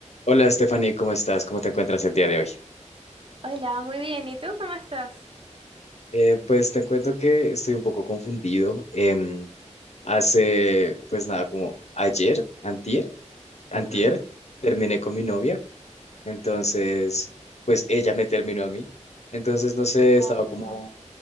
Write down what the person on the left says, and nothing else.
Hola Stephanie, ¿cómo estás? ¿Cómo te encuentras el día de hoy?
Eh, pues te cuento que estoy un poco confundido. Em, hace, pues nada, como ayer, antier, antier,
terminé con mi novia. Entonces, pues ella me terminó a mí. Entonces, no sé,
estaba como